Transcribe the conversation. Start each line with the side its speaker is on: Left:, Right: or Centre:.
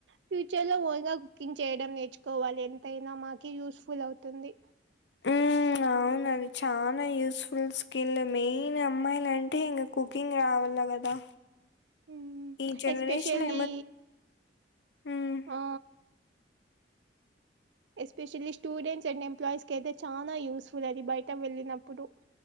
Right: ఫ్యూచర్ లో వై కింగ్ చేయడం నేర్చుకోవాలి ఎంతైనా మాకి యూస్ఫుల్ అవుతుంది
Left: మ్ అవ్ అవునది చాలా యూస్ఫుల్ స్కిల్ మెయిన్ అమ్మాయిల అంటే ఇంగా కుకింగ్ రావాల గదా
Right: మ్మ్
Left: ఈ జనరేషన్
Right: ఎస్పెషల్లీ
Left: ఎమత్ మ్
Right: ఆ ఎస్పెషల్లీ స్టూడెంట్స్ అండ్ ఎంప్లాయీస్ కి అయితే చాలా యూస్ఫుల్ అది బయట వెళ్ళినప్పుడు